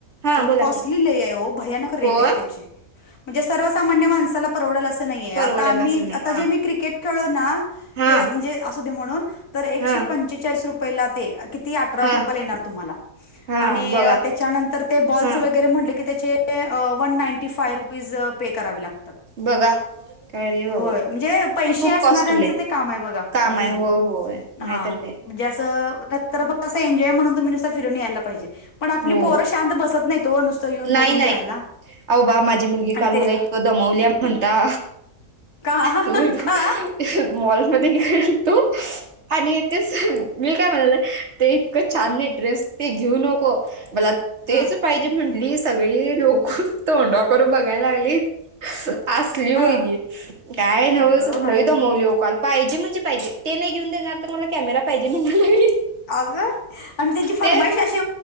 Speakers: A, on the right (about 50°); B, on the left (about 75°).
A: हा बोला
B: कॉस्टली
A: की
B: लई आहे ओ भयानक रेट
A: होय
B: आहेत त्याचे म्हणजे सर्वसामान्य माणसाला परवडल असं नाहीये
A: परवडल
B: आता आम्ही
A: असेल नाही
B: आता
A: हा
B: जे मी क्रिकेट <unintelligible>
A: हा
B: म्हणजे असुदे म्हणून तर एकशे
A: हा
B: पंचेचाळीस रुपयेला ते किती अठरा
A: हा
B: बॉल येणार तुम्हाला
A: हा
B: आणि
A: बघा
B: त्याच्यानंतर ते बॉल्स
A: हा
B: वगैरे म्हटले की त्याचे one ninety five rupees pay करावे लाग तात
A: बघा काय रे बाबा
B: होय म्हणजे पैस
A: खूप
B: असण्याऱ्याचं
A: कॉस्टली
B: ते काम आहे बघा
A: काम
B: हम्म
A: आहे होय होय नाहीतर
B: हा म्हणजे
A: काय
B: असं नंतर एंजॉय म्हणून तुम्ही नुसत फिरून यायला पाहिजे पण आपली
A: हो
B: पोर शांत बसत नाहीत ओ नुसतं येऊन
A: नाही
B: बघून
A: नाही
B: जायला
A: अहो बा माझी मुलगी
B: आणि
A: काल
B: ते
A: मला इतकं दमवली म्हणता
B: का,
A: आलो होतो
B: का
A: मॉलमध्ये गेलतो आणि तेच मी काय म्हणाले ते इतकं छान नाई ड्रेस ते घेऊ नको मला
B: हा
A: तेच पाहिजे म्हटली सगळी लोक तोंडाकड बघायला लागलीत असली
B: हा
A: मुलगी काय नव्हच
B: अगं बाई
A: लय दमवली ओ काल पाहिजे म्हणजे पाहिजे ते नाही घेऊन देणार तर मला कॅमेरा पाहिजे म्हणायला लागली
B: अगं आणि त्यांची फरमाईशी
A: ते
B: अशी